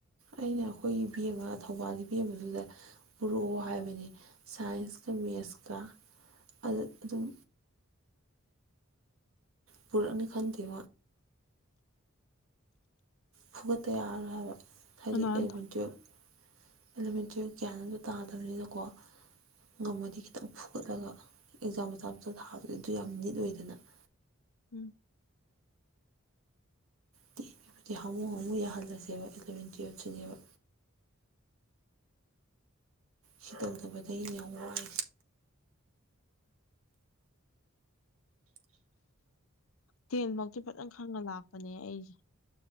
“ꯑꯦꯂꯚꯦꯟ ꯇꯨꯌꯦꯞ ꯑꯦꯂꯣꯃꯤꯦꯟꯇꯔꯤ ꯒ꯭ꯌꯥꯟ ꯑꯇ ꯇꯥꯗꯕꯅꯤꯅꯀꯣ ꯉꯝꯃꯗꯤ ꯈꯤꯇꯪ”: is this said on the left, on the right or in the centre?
Right